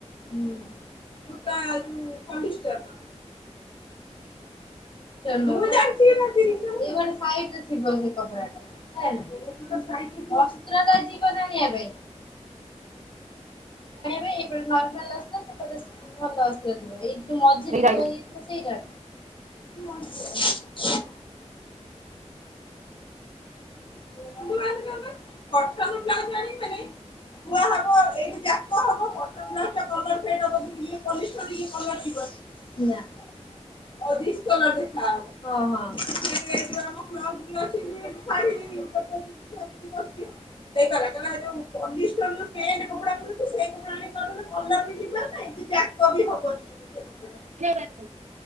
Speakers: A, on the left; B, on the right.
A: ହୁଁ ସୁତାରୁ ପଲିଷ୍ଟର ମୁଁ ଜାଣିନଥିଲି ସେ ସାଇଟ ରେ ଥିବ। ଅସ୍ତ୍ର ଯିବନ ଆଣିବା ପାଇଁ ଯ ଆଣିବା ପାଇଁ ଏପଟେ ନର୍ମାଲ ଅସ୍ତ୍ର ସେପଟେ ଭଲ ଅସ୍ତ୍ର ଥିବ ଏଇ ଯୋଉ ମଝିରେ
B: ନେଇକି
A: ଯଉ
B: ଯା
A: ଇଏ ଥିବ ସେଇଟା। <unintelligible> <unintelligible> କଟନ ବ୍ଲାଉଜ ଆଣିବି ବୋଲି ଥୁଆ ହବ ଏଇ ଯାକ ହବ ନା କଲର ଫେଡ ହବ। ପଲିଷ୍ଟରରୁ ଏ କଲର ଯିବନି ନା ଡିସ କଲର ଦେଖା ହବ ହଁ ହଁ। ଏଉ ଆମ ଫ୍ରକ୍ ବି ଅଛି ଶାଢ଼ୀ। ସେ ଯଉ ବୁଝା ବୁଝି କରୁଛି ସେଇ କହିଲା ଯଉ ପଲିଷ୍ଟର ପେଣ୍ଟ କପଡା ମିଳୁଛି ସେ କପଡା ଆଣିକି କରିଦେଲେ କଲର ବି ଯିବନି ନାଁ ଯାକ ବି ହବନି ସେ କପଡା
B: ଏଇଠି।